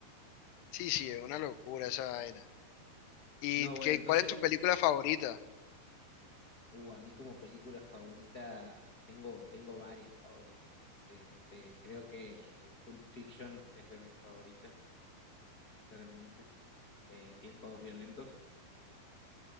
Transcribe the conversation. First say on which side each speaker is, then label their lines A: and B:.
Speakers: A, on the left; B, on the left.
A: Sí, sí, es una locura esa vaina. ¿Y
B: No,
A: qué,
B: bueno, entonces
A: cuál es tu película favorita?
B: Uh, a mí como película favorita tengo, tengo varias favoritas. Este, creo que Pulp Fiction es de mis favoritas, claramente. Eh, Tiempos Violentos,